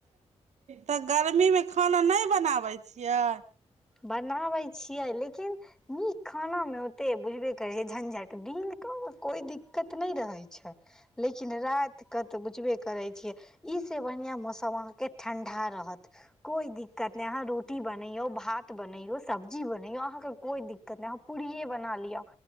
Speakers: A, on the right; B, in the centre.
A: तऽ गर्मी मे खाना नै बनाबै छियै
B: बनाबै छियै लेकिन नीक खाना मे ओते बुझबे करे झंझट दिन का मे कोइ दिक्कत नहि रहे छै लेकिन राति कऽ तऽ बुझबे करै छियै ई से बढ़िआं मौसम अहाँके ठंडा रहत कोइ दिक्कत नहि अहाँ रोटी बनैयौ भात बनैयो सब्जी बनैयो अहाँके कोइ दिक्कत नहि अहाँ पूड़ियए बना लिअ